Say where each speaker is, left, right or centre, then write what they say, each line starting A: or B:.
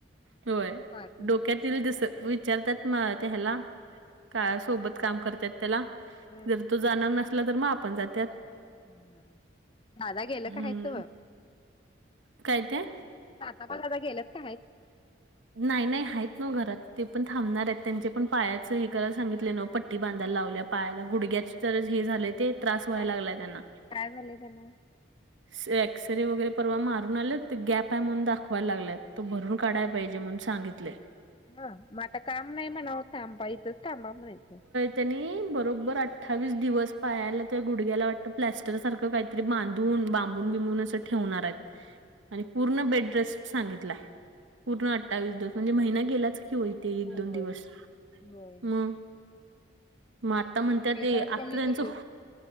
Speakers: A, on the right; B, on the left.
A: व्हय
B: पहाटे
A: डो काय तरी दिस, विचारतात म त्या हयाला, काळा सोबत काम करत्यात त्याला,
B: अ
A: जर तो जाणार नसला तर म आपण जात्यात.
B: ह, दादा गेलं
A: हम्म
B: का हायत?
A: काय - काय?
B: आता पण दादा गेलात का हायत?
A: नाही - नाही आहेत नव्ह घरात, ते पण थांबणार आहेत, त्यांचे पण पायाचं हे करायला सांगितलय न पट्टी बांधायला लावल्या पायाला, गुडग्याची ज हे झालय ते त्रास व्हायला
B: काय
A: लागलाय त्यांना
B: काय झाले त्यांना
A: से एक्सरे वगैरे परवा मारून आलेत ते, त गॅप आहे म्हणून दाखवायला लागल्यात. तो भरून काढाय पाहिजे म्हणून सांगितलय
B: हा, म आता काम नाही म्हणाव, थांबा इथंच थांबा म्हणायचं.
A: त्यानी बरोबर अठ्ठावीस दिवस पायला त्या गुडग्याला वाटतं प्लॅस्टर सारखं काही तरी बांधून, बांबून बिबून असं ठेवणार आहेत, आणि पूर्ण बेडरेस्ट सांगितलाय. पूर्ण अठ्ठावीस दिवस म्हणजे महिना गेलाच की वय ते एक,
B: होय
A: दोन दिवस,
B: होय
A: म म आता म्हणतात ते,
B: तर
A: आता
B: कमी
A: त्यांचं
B: तरी